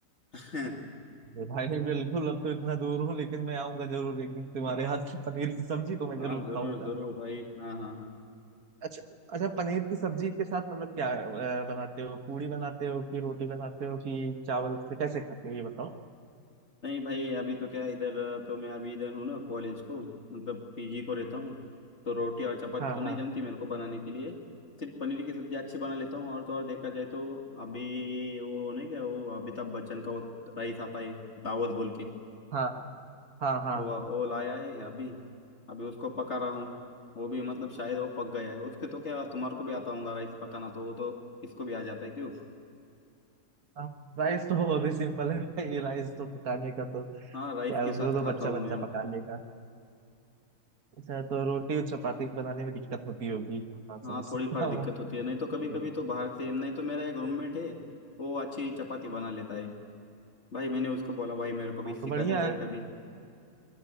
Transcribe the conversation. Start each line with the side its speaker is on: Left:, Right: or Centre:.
Left: <laughs>
Right: ये भाई बिल्कुल अब तो इतना दूर हूँ लेकिन मैं आऊंगा जरूर एक दिन तुम्हारे हाथ की पनीर की सब्जी तो मैं
Left: हाँ
Right: जरूर
Left: जरूर
Right: खाऊंगा
Left: जरूर भाई हाँ हाँ हाँ
Right: अच्छा अच्छा पनीर की सब्जी के साथ मतलब क्या अ, बनाते हो पूड़ी बनाते हो कि रोटी बनाते हो कि चावल से कैसे खाते हो ये बताओ
Left: नहीं भाई अभी तो क्या इधर तो मैं अभी इधर हूँ ना कॉलेज को मतलब पीजी को रहता हूँ तो रोटी और चपाती
Right: हाँ
Left: तो नहीं
Right: हाँ
Left: जमती मेरे को बनाने के लिए सिर्फ पनीर की सब्जी अच्छी बना लेता हूँ और तो और देखा जाए तो अभी वो नहीं क्या वो अमिताभ बच्चन का वो राइस आता है दावत बोल के
Right: हाँ हाँ हाँ
Left: वो वो लाया है अभी अभी उसको पका रहा हूँ वो भी मतलब शायद वो पक गया है उसके तो क्या तुम्हारे को भी आता होगा राइस पकाना तो वो तो इसको भी आ जाता है क्यों
Right: हाँ राइस तो बहुत ही सिंपल है भाई राइस तो पकाने का तो क्या
Left: हाँ राइस
Right: है
Left: के
Right: उसमें
Left: साथ
Right: तो
Left: खाता
Right: बच्चा
Left: हूँ
Right: बच्चा
Left: मैं वो
Right: पका लेगा अच्छा तो रोटी और चपाती बनाने में दिक्कत होती होगी हाँ
Left: हाँ
Right: समझ सकता
Left: थोड़ी फार दिक्कत
Right: हूँ
Left: होती है नहीं तो कभी कभी
Right: बढ़िया।
Left: तो बाहर से नहीं तो मेरा एक रूममेट है वो अच्छी चपाती बना लेता है भाई मैंने उसको बोला भाई मेरे को भी
Right: हाँ
Left: सिखा
Right: तो बढ़िया
Left: दे भाई
Right: है
Left: कभी